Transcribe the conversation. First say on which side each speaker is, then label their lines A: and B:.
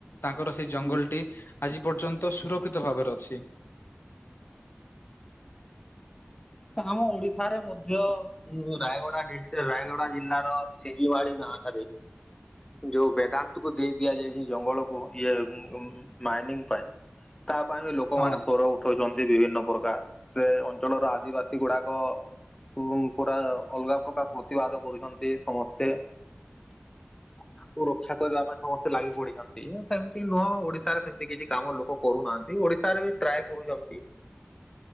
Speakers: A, on the left; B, on the left.
A: ତାଙ୍କର ସେଇ
B: ଭାଇ
A: ଜଙ୍ଗଲଟି ଆଜି ପର୍ଯ୍ୟନ୍ତ ସୁରକ୍ଷିତ ଭାବରେ ଅଛି।
B: ଆମ ଓଡିଶାରେ ମଧ୍ୟ ରାୟଗଡା ଡିଷ୍ଟ୍ରିକ୍ଟ ରାୟଗଡା ଜିଲ୍ଲା ସିଜିୱଳି ଗାଁ ଠାରେ ଯୋଉ ବେଦାନ୍ତ କୁ ଦେଇ ଦିଆଯାଇଛି ଜଙ୍ଗଲକୁ ଇଏ ମାଇନିଂ ପାଇଁ। ତା ପାଇଁ ବି ଲୋକମାନେ
A: ହଁ।
B: ସ୍ୱର ଉଠଉଛନ୍ତି ବିଭିନ୍ନ ପ୍ରକାର ସେ ଅଞ୍ଚଳର ଆଦିବାସୀ ଗୁଡାକ କୁ ପୁରା ଅଲଗା ପ୍ରକାର ପ୍ରତିବାଦ କରୁଛନ୍ତି ସମସ୍ତେ। ତାକୁ ରକ୍ଷା କରିବା ପାଇଁ ସମସ୍ତେ ଲାଗି ପଡିଛନ୍ତି ସେମତି କି ନୁହଁ ଓଡିଶାରେ ସେମତି କିଛି କାମ ଲୋକ କରୁନାହାନ୍ତି। ଓଡିଶାରେ ବି ଟ୍ରାଏ କରୁଛନ୍ତି।